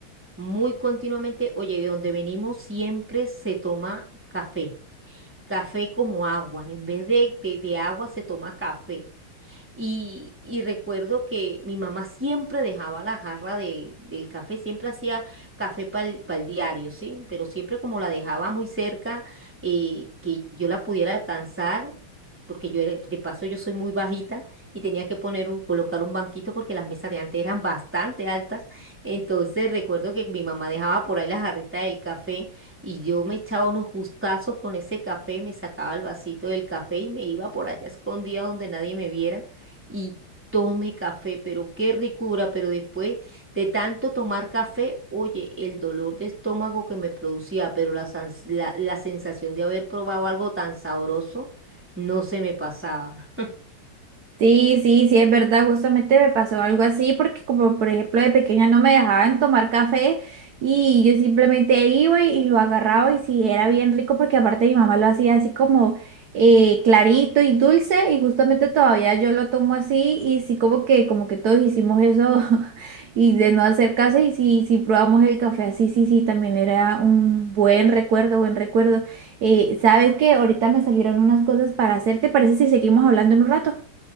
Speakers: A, in the centre; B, on the right (about 60°).
A: muy continuamente, oye, de donde venimos siempre se toma café. café como agua. En vez de, de- de agua se toma café. Y, y recuerdo que mi mamá siempre dejaba la jarra del, del café, siempre hacía café para el diario, ¿sí? Pero siempre como la dejaba muy cerca, eh, que yo la pudiera alcanzar, porque yo era- de paso yo soy muy bajita y tenía que poner un, colocar un banquito porque las mesas de antes eran bastante altas. Entonces recuerdo que mi mamá dejaba por ahí la jarrita del café y yo me echaba unos gustazos con ese café, me sacaba el vasito del café y me iba por allá escondida donde nadie me viera y tome café, pero qué ricura, pero después de tanto tomar café, oye, el dolor de estómago que me producía, pero la, sans- la, la sensación de haber probado algo tan sabroso, no se me pasaba.
B: Sí, sí, sí, es verdad, justamente me pasó algo así porque como por ejemplo de pequeña no me dejaban tomar café y yo simplemente iba y, y lo agarraba y sí, era bien rico porque aparte mi mamá lo hacía así como eh, clarito y dulce y justamente todavía yo lo tomo así y sí como que como que todos hicimos eso <laughs> y de no hacer caso y sí, sí probamos el café así, sí, sí, también era un buen recuerdo, buen recuerdo. Eh, ¿sabes qué? Ahorita me salieron unas cosas para hacer, ¿te parece si seguimos hablando en un rato?